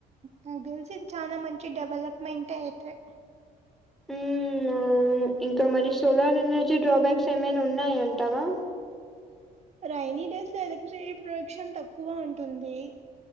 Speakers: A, on the right; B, in the centre.
A: నాకు తెలిసి ఇది చాలా మంచి డెవలప్మెంట్ అయితది
B: ఉమ్ అవును ఇంకా మరి సోలార్ ఎనర్జీ డ్రాబ్యాక్స్ ఏమైనా ఉన్నాయంటావా
A: రైైని డేస్ లో ఎలక్ట్రిసిటీ ప్రొడక్షన్ తక్కువ ఉంటుంది